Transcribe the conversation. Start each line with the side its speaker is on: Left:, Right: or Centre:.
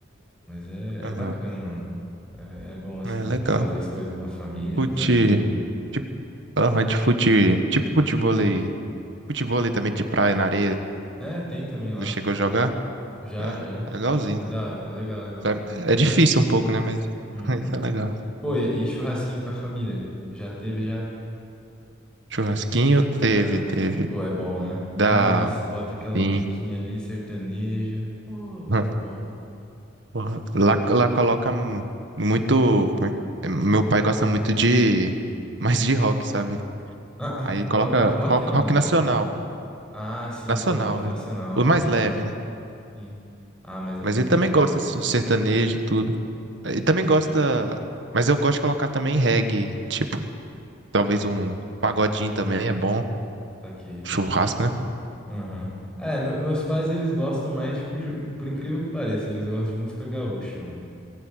Centre: Mas é,
Right: aham.
Centre: é bacana, mano. É, é bom assim
Right: É legal.
Centre: de fazer as coisas com a família,
Right: Fute.
Centre: com os amigos.
Right: Tipo, aham, de fute. Tipo futevôlei. Futevôlei também de praia, na areia.
Centre: É, tem também lá.
Right: Não chegou a jogar?
Centre: Já,
Right: É,
Centre: já.
Right: é legalzinho.
Centre: É da hora, é legal, legal.
Right: Sabe? É é difícil
Centre: Chu-
Right: um pouco, né? Mas,
Centre: Uhum.
Right: <laughs> mas é legal.
Centre: Pô, e, e churrasquinho com a família? Já teve já?
Right: Churrasquinho teve,
Centre: Ah,
Right: teve.
Centre: pô, é bom, né?
Right: Da.
Centre: Nossa, bota aquela
Right: Sim.
Centre: musiquinha ali, sertaneja. Pô, muito
Right: <laughs>
Centre: bom.
Right: Porra, Lá, lá coloca m- muito. como é que- é, Meu pai gosta muito de. Mais de rock, sabe?
Centre: Ah, ah,
Right: Aí coloca
Centre: coloca rock
Right: rock,
Centre: na.
Right: rock
Centre: na-
Right: nacional.
Centre: Ah, sim,
Right: Nacional,
Centre: pô, rock
Right: né?
Centre: nacional,
Right: O
Centre: aham.
Right: mais leve, né?
Centre: Sim. Ah, mas é
Right: Mas
Centre: bom,
Right: ele também
Centre: mano.
Right: gosta, assim, de sertanejo e tudo. Ele
Centre: Sim,
Right: também gosta. Mas eu gosto de colocar também reggae. Tipo, talvez um pagodinho também é bom.
Centre: saquei.
Right: Churrasco, né?
Centre: Aham. É, meu- meus pais, eles gostam mais, tipo, de. Por incrível que pareça, eles gostam de música gaúcha, mano.